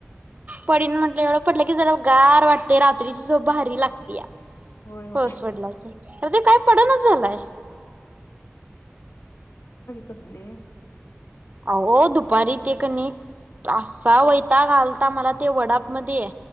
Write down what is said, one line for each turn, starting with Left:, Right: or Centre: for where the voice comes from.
Right: पडीन म्हटलं, एवढं पटलं की जरा गार वाटतय. रात्रीची झोप भारी लागतीया.
Left: होय होय
Right: पाउस पडला की आव ते काय पडणाच झालाय.
Left: कसले
Right: आहो दुपारी ते कणी, असा वै ताग आलता. मला ते वडा मध्यी ये.